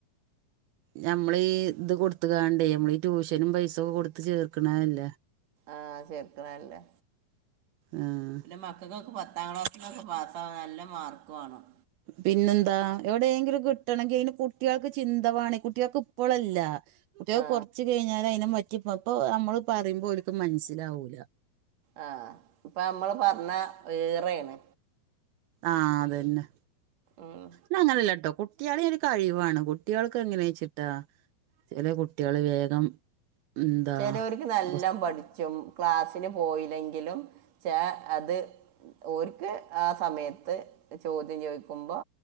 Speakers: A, on the right; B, on the right.
A: ഞമ്മളീ ഇത് കൊടുത്ത്കാണ്ടേ മ്മളീ ട്യൂഷനും പൈസ കൊടുത്ത് ചേർക്കണല്ലേ
B: ആഹ് ചേർക്കണല്ലേ
A: ആഹ്
B: മക്കക്കൊക്ക് പത്താം ക്ലാസ്സ്ലൊക്കെ പാസ്സാവാ നല്ല മാർക്ക് വാണം
A: പിന്നെന്താ എവിടേങ്കിലും കിട്ടണെങ്കി അയ്ന് കുട്ടികൾക്ക് ചിന്തവേണം ഈ കുട്ടികൾക്ക് ഇപ്പളല്ല കുട്ടികക്
B: ആ
A: കൊറച്ച് കയ്ഞ്ഞാലയ്നെമറ്റി പ്പപ്പൊ അമ്മള് പറയുമ്പോ ഓര്ക്കു മനസ്സിലാവൂല
B: ആഹ് ഇപ്പൊ അമ്മള് പർണാ വേറേണ്
A: ആഹ് അതെന്നെ
B: ആഹ്
A: ന്നങ്ങനെല്ലാട്ടോ കുട്ടികളെ ഒരു കഴിവാണ് കുട്ടികൾക്ക് എങ്ങനെ വെച്ചിട്ടാ ചെല കുട്ടികള് വേഗം എന്താ
B: ചെലോര്ക്ക് നല്ല
A: പുസ്ത
B: പഠിചക്കും ക്ലാസിന് പോയില്ലെങ്കിലും ച അത് ഓര്ക്ക് ആ സമയത്ത് ചോദ്യം ചോയ് കുമ്പോ